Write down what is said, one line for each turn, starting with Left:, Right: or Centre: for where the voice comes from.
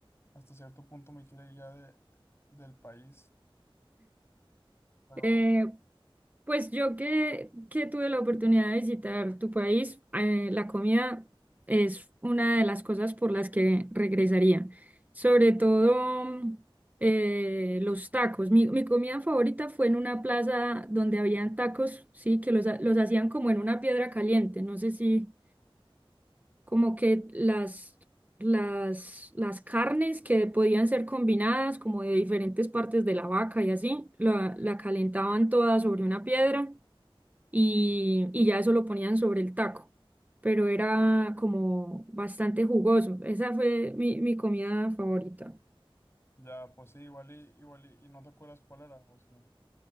Left: hasta cierto punto me quiero ir ya de, del país. Pero
Right: Eh, pues yo que, que tuve la oportunidad de visitar tu país, eh, la comida es una de las cosas por las que regresaría. Sobre todo mm, eh, los tacos. Mi, mi comida favorita fue en una plaza donde habían tacos, sí, que los, ha- los hacían como en una piedra caliente. No sé si, como que las, las, las carnes que podían ser combinadas, como de diferentes partes de la vaca y así, la, la calentaban toda sobre una piedra y, y ya eso lo ponían sobre el taco. Pero era como bastante jugoso. Esa fue mi, mi comida favorita.
Left: ya, pues sí, igual y, igual y, y no te acuerdas cuál era, o sí,